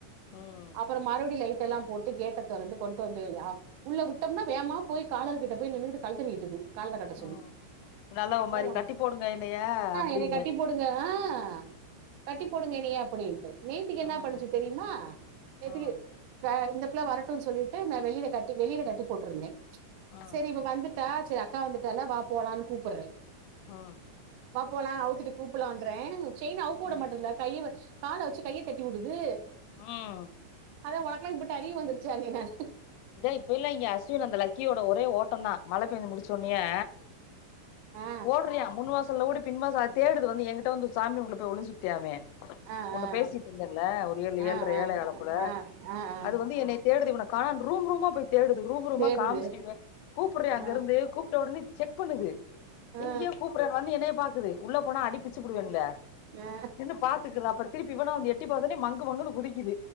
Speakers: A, on the left (about 85°); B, on the right (about 85°).
A: ம்
B: அப்புற மறுபடியு லைட்டலா போட்டு கேட்டத் தொறந்து கொண்டு வந்தயா உள்ள விட்டோம்ன வோகமா போய் காலர் கிட்ட போய் நின்னுட்டு கழுத்த நீட்டுது கால்லே கட்ட
A: ம்
B: சொல்லி
A: நல்லா ஒரு மாரி
B: அஹ்ன்
A: கட்டி போடுங்க என்னைய அப்டின்னு
B: என்னை கட்டி போடுங்க அஹ்ன் அஹ்ன் கட்டி போடுங்க என்னைய அப்படின்ட்டு நேத்தேக்கு என்ன
A: ம்
B: ப் பண்ணிச்சு தெரியுமா நேத்தேக்கு
A: ம்
B: இந்த பிள்ளை வரட்டுன்னு சொல்லிட்டு நான் வெளியவே கட்டி வெளிய்ல கட்டி போட்ருந்தேன்
A: ம்
B: சரி இவ வந்துட் டா சரி அக்கா வந்துட்டால வா போலான்னு கூப்டுறே
A: ம்
B: வா போலாம் அவுத்துட்டு கூப்லாண்றேன் செயின் அவுக்க விட
A: ம்
B: மாட்டேங்குது கைய கால வச்சு கையை தட்டி உடுது
A: ம்
B: அதான் உறக்லைட் போட்டு அறிவு வந்துருச்சு அது நீதான்
A: இந்த இப்பைலாம் இங்க அஸ்வின் அந்த லக்கியோட ஒரே ஓட்டோ தான் மழை பெய்ஞ்சு முடிச்சோனையே
B: ஆ
A: ஓடுறியா முன் வாசல்ல ஓடி பின்வாசல் தேடுது வந்து எங்கிட்ட வந்து சாமி ரூம்ல போய் ஒழிஞ்கிட்டியாமே
B: ஆ
A: உன்ட
B: ஆ
A: பேசிட்டு இருந்தேன்ல ஒரு ஏழு
B: ஆ
A: ஏழுறை
B: ஆ
A: ஏழைகால் போல
B: ஆ ஆ ஆ
A: அது வந்து என்னை தேடுது இவன க ரூம் ரூமா போ தேடுது ரூம் ரூமா
B: தேடுது
A: காமிச்சிடுவே கூப்பிடுற அங்க
B: ஆ
A: இருந்து கூப்பிட்ட உடனே செக் பண்ணுது
B: ஆ ஆ
A: இங்யே கூப்பற மாரி என்னயே பாக் குது உள்ள போனா அடி பிச்சு பிடுவன்ள
B: ஆ
A: நின்னு பாத்துக்குது அப்புற திருப்பி இவனா வந்து எட் எட்டி பாத்தோனே மங்கு மங்குனு குதிக்